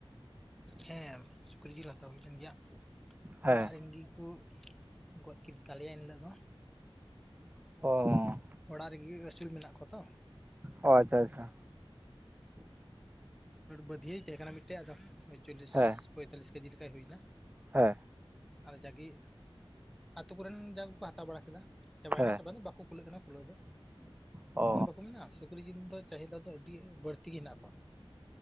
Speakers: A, in the centre; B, on the right (about 15°).
A: ᱦᱮᱸ ᱥᱩᱠᱨᱤ ᱡᱤᱞ ᱦᱟᱛᱟᱣ ᱦᱩᱭ ᱞᱮᱱ ᱜᱮᱭᱟ
B: ᱦᱮᱸ
A: ᱚᱲᱟᱜ ᱨᱮᱱ ᱜᱮᱠᱚ ᱜᱚᱫ ᱠᱮᱫ ᱛᱟᱞᱮᱭᱟ ᱮᱱᱤᱞᱳᱜ ᱫᱚ
B: ᱚ
A: ᱚᱲᱟᱜ ᱨᱮᱜᱮ ᱟᱹᱥᱩᱞ ᱢᱮᱱᱟᱜ ᱠᱚᱣᱟᱛᱚ
B: ᱚ ᱟᱪᱪᱷᱟ ᱟᱪᱪᱷᱟ
A: ᱵᱟᱫᱷᱤᱭᱟᱹ ᱛᱟᱦᱮᱸ ᱠᱟᱱᱟ ᱢᱤᱫᱴᱮᱡ ᱟᱫᱚ ᱪᱚᱞᱞᱤᱥ
B: ᱦᱮᱸ
A: ᱯᱚᱸᱭᱛᱟᱞᱞᱤᱥ ᱠᱮᱡᱤ ᱞᱮᱠᱟᱭ ᱦᱩᱭᱮᱱᱟ
B: ᱦᱮᱸ
A: ᱟ ᱡᱟᱜᱮ ᱟᱛᱳ ᱠᱚᱨᱮᱱ ᱡᱟ ᱠᱚᱠᱚ ᱦᱟᱛᱟᱣ ᱵᱟᱲᱟ ᱠᱮᱫᱟ ᱪᱟᱵᱟᱭᱱᱟ
B: ᱦᱮᱸ
A: ᱪᱟᱵᱟᱟᱭᱱᱟ ᱵᱟᱠᱚ ᱠᱩᱞᱟᱹᱜ ᱠᱟᱱᱟ ᱠᱩᱞᱟᱹᱜ ᱫᱚ
B: ᱚ
A: ᱟᱱ ᱵᱟᱠᱚ ᱢᱮᱱᱟ ᱥᱩᱠᱨᱤ ᱡᱤᱞ ᱫᱚ ᱪᱟᱹᱦᱤᱫᱟ ᱫᱚ ᱟᱹᱰᱤ ᱵᱟᱹᱲᱛᱤ ᱛᱮᱜᱮ ᱦᱮᱱᱟᱜ ᱠᱚᱣᱟ